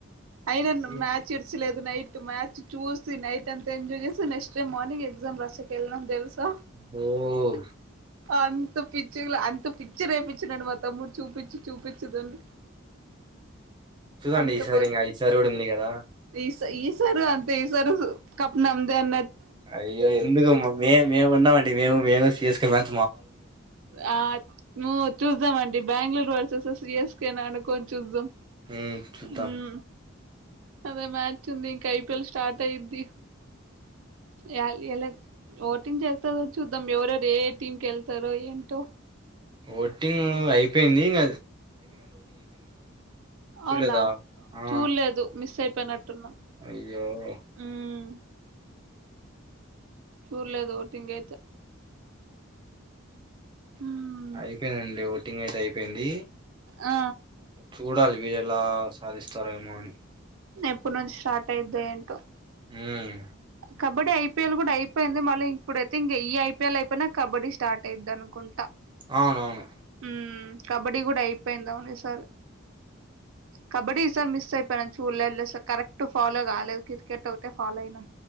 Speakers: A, on the right; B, on the right.
A: అయిన న్
B: ఏ-
A: మ్యాచ్ ఇడసలేదు నైట్ మ్యాచ్ చూసి నైట్ అంత ఎంజయ్ చేసి, నెక్స్ట్ డే మార్నింగ్ ఎక్సామ్ రాసేకేళ్ళినం తెలుసా.
B: వోవ్
A: అంత పిచ్చి గ్ల అంత పిచ్చి రేపిచ్చినడు. మా తమ్ముడు చూపిచ్చి చూపిచ్చి దాన్ని
B: చూడండి
A: అంత
B: ఈసారి
A: బా
B: ఇంకా ఈసారి కూడా ఉంది కదా
A: ఇస్ ఈసారి అంతే ఈసరు కప్పు నమ్దే అన్న
B: అయ్యో ఎందుకు మ్మ మె మేమున్నామండి మేము మెము సిఎస్కె మ
A: ఆహ్ ను చూస్తదామండి బెంగళూరు వెర్సెస్ సిఎస్కె ననుకోన్ చూస్దం
B: ఉమ్, చూద్దాం
A: ఉమ్ అదే మ్యాచ్ ఉంది ఇంకా ఐపిఎల్ స్టార్ట్ అయిద్ది యల్ ఇయ్యలేదు ఓటింగ్ చెస్తారో చూద్దాం. ఎవరెవరు ఏ ఏ టీమ్ కి వెళ్తారో ఏంటో
B: ఓటింగ్ అయిపోయింది ఇంగ చూడలేదా
A: అవునా
B: ఆ,
A: చూల్లేదు మిస్ఐ అయిపోనట్టు ఉన్న
B: అయ్యో
A: ఉమ్ చూడ్లేదు ఓటింగ్ అయితే ఉమ్
B: అయిపోయిందండి ఓటింగ్ అయితే అయిపోయింది
A: ఆ
B: చూడాలి విల్ ఎలా సాధిస్తారేమో అని
A: ఎప్పుడు నుంచి స్టార్ట్ అయిద్ఏంటో
B: ఉహ్మ్
A: కబడ్డీ ఐ పీ ఎల్ కూడా అయిపోయింది మళ్ళీ ఇప్పుడైతే ఇంక ఈ ఐ పీ ఎల్ అయిపోయినా కబడ్డీ స్టార్ట్ అయిద్ అనుకుంటా
B: అవునవును
A: ఉమ్ కబడ్డీ కూడా అయిపోయింది అవును ఈసారి కబడ్డీ ఈ సారి మిస్ అయిపోయిన చూడలేదు లె సక కరెక్ట్ ఫాలో కాలేదు క్రికెట్ ఒకటే ఫాలో అయినా